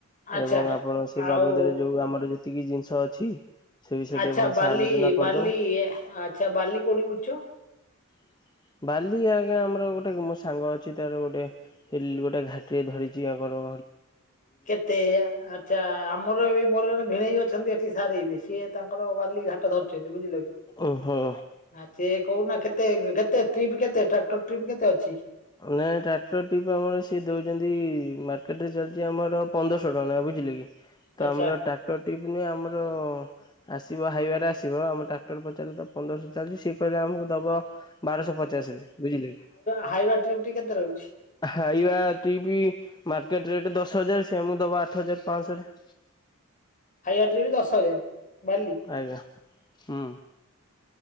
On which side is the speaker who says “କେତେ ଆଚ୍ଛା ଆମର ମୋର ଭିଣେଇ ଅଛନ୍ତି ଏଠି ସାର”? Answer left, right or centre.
Left